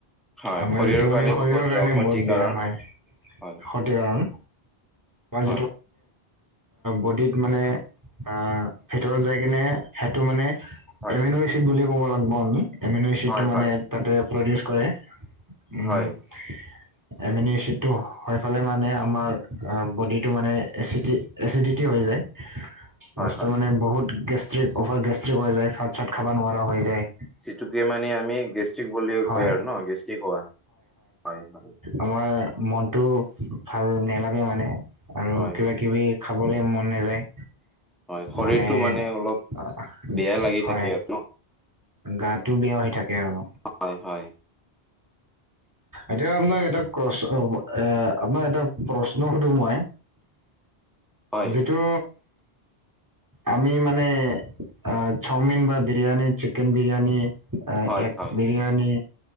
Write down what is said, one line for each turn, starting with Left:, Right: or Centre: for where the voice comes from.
Centre: হয়,
Right: আমাৰ
Centre: শৰীৰৰ
Right: যিটো
Centre: কাৰণে
Right: মানে শৰীৰৰ
Centre: বহুত
Right: কাৰণে
Centre: ক্ষতিকাৰক।
Right: বহুত বেয়া হয় ্
Centre: হয়।
Right: ক্ষতি কাৰণ মই
Centre: হয়,
Right: যিটো- বডিত মানে অ ভিতৰত যায় কিনে সেইটো মানে -
Centre: হয়,
Right: এমিন' এচিড বুলি ক'ব লাগিব আমি এমিন এচিডটো
Centre: হয়,
Right: মানে
Centre: হয়,
Right: তাতে প্ৰডিউচ কৰে। উম
Centre: হয়,
Right: এমিনি চিতটো। হৈফালে মানে আমাৰ বডিটো মানে এচি এচিডিটি হৈ যায়।
Centre: হয়,
Right: বস্তু
Centre: হয়,
Right: মানে বহুত গেষ্ট্ৰিক অভাৰ গেষ্ট্ৰিক হৈ যায় ভাত চাত খাব নোৱাৰা হৈ
Centre: হয়।
Right: যায়।
Centre: যিটোকে মানে আমি গেষ্ট্ৰিক বুলি
Right: হয়
Centre: কয় আৰু ন গেষ্ট্ৰিক হোৱা হয় হয়।
Right: আমাৰ মনটো ভাল নালাগে মানে আৰু
Centre: হয়।
Right: কিবা কিবি- খাবলে মন নাযায়।
Centre: হয়, শৰীৰটো
Right: মানে
Centre: অলপ
Right: অহ
Centre: বেয়া লাগি
Right: হয়।
Centre: থাকে আৰু ন?
Right: গাটো বিষ হৈ থাকে আৰু।
Centre: হয় হয়।
Right: এতিয়া আপোনাৰ এটা ক্ৰচ হ'ব। এ আপোনাক এটা প্ৰশ্ন সোধো মই!
Centre: হয়,
Right: যিটো। আমি মানে অ চাওমিন বা বিৰিয়ানী চিকেন বিৰিয়ানী- অ
Centre: হয়,
Right: এগ
Centre: হয়।
Right: বিৰিয়ানী।